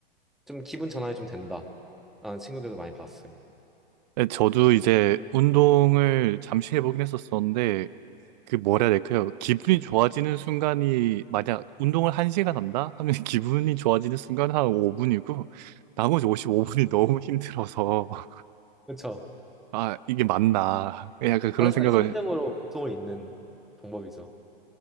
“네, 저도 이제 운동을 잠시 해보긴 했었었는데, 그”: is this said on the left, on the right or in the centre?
Right